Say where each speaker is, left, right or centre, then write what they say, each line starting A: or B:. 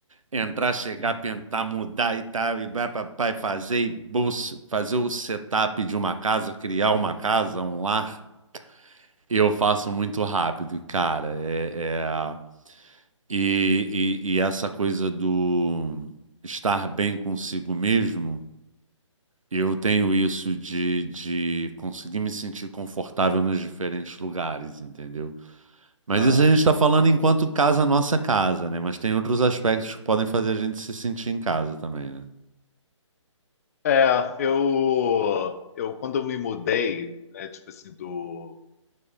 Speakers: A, on the right; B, on the left.
A: entrar, chegar, pintar, mudar e tal, e vai pra pai fazer, e bolsa- fazer o setup de uma casa, criar uma casa, um lar, eu faço muito rápido, cara. É, é- E, e, e essa coisa do estar bem consigo mesmo, eu tenho isso de, de conseguir me sentir confortável nos diferentes lugares, entendeu? Mas
B: Ah,
A: isso a gente está falando enquanto casa nossa casa, né? Mas tem outros aspectos que podem fazer a gente se sentir em casa também, né?
B: É, eu, eu quando eu me mudei, né, tipo assim, do,